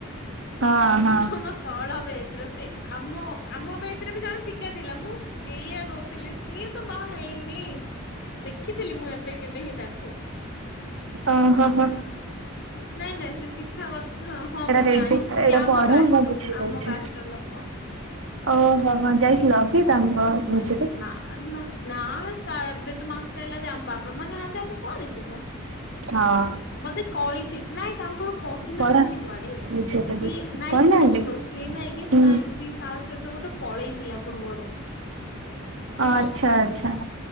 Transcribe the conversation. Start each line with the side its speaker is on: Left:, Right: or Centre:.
Right: ହଁ ହଁ
Left: ସେ ଆମ ତଳ ବେଚର ସେ ଆମ ଆମ ବେଚରେ ବି ଜଣେ ଶିକା ଥିଲା ମୁଁ କେୟା କହୁଥିଲି। ସିଏ ତ ବାହା ହେଇନି ଦେଖିଥିଲି ମୁଁ ଏବେ କେବେ ହିଁ ତାକୁ।
Right: ଓ ହୋ ହ।
Left: ନାଇଁ ନାଇଁ ସେ ଶିଖା କଥା ହଁ
Right: ରେଡି
Left: ମୁଁ
Right: ଏଇଟା
Left: ଜାଣିଚି ସି ଆମ
Right: ପଢ
Left: କାଷ୍ଟର
Right: ମୁଁ ବୁଝେଇ ଦଉଛି।
Left: ଆମ କାଷ୍ଟର ଲୋକ।
Right: ଓହୋ ହଁ ଯାଇଥିଲ କି ତାଙ୍କ ଭୋଜିରେ?
Left: ନା ନା ନା ଏବେ ତ ମାସେ ହେଲା ଯେ ଆମ ବାବା ମା ନାହାନ୍ତି ଆମେ କୁଆଡେ ଯିବୁ।
Right: ହଁ।
Left: ବୋଧେ କହିଥି ନାଇଁ ତାଙ୍କର କହିନାହାନ୍ତି
Right: ପଢାକୁ
Left: କୁଆଡେ।
Right: ବୁଝେଇଦେବି
Left: ସିଏ ନାଇଁ
Right: କହିନାହାନ୍ତି?
Left: ଶୁଣୁ ଶୁଣୁ ସିଏ ନାଇଁ କି
Right: ଓ
Left: ନାଇଁ ସିଏ କା ସହିତ ଗୋଟେ ପଳେଇଥିଲା ପୂର୍ବରୁ।
Right: ଆଚ୍ଛା ଆଚ୍ଛା।